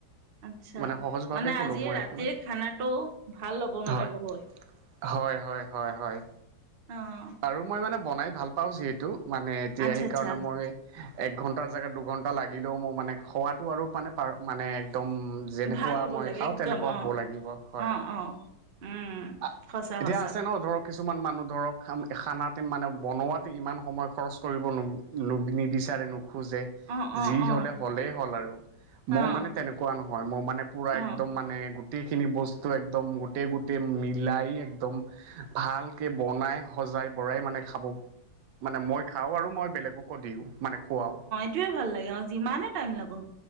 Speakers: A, on the right; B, on the right.
A: আচ্ছা
B: মানে সহজভাৱেই
A: মানে
B: ক'লোঁ
A: আজি
B: মই
A: ৰাতিৰ
B: আপোনাক
A: খানাটো ভাল হ'ব মানে
B: হয়
A: বহুত।
B: হয়, হয়, হয়, হয়।
A: অ'।
B: আৰু মই মানে বনাই ভাল পাওঁ যিহেতু মানে এতিয়া
A: আচ্ছা
B: সেইকাৰণে
A: আচ্ছা
B: মই। এক ঘন্টাৰ জেগাত দুঘন্টা লাগিলেও মোৰ মানে খোৱাটো আৰু মানে পাৰ মানে একদম। যেনেকুৱা
A: ভাল হ'ব
B: মই
A: লাগে
B: খাওঁ
A: একদম
B: তেনেকুৱা
A: অ
B: হ'ব লাগিব হয়।
A: অ', অ', উম,
B: আ
A: সঁচা
B: এতিয়া
A: সঁচা
B: আছে ন ধৰক কিছুমান মানুহ ধৰক। খাম খানাতে মানে বনোৱাতে ইমান সময় খৰচ কৰিব ন নিবিচাৰে নোখোজে।
A: অ', অ',
B: যি
A: অ',
B: হ'লে কলেই হ'ল আৰু। মোৰ
A: অ',
B: মানে তেনেকুৱা নহয় মোৰ মানে পুৰা
A: অ',
B: একদম মানে। গোটেইখিনি বস্তু একদম গোটেই গোটেই মিলাই একদম ভালকে বনাই। সজাই বৰাই মানে খাব মানে মই খাওঁ আৰু মই বেলেগকো দিওঁ মানে খুৱাও।
A: সেইটোৱে ভাল লাগে যিমানে টাইম লাগক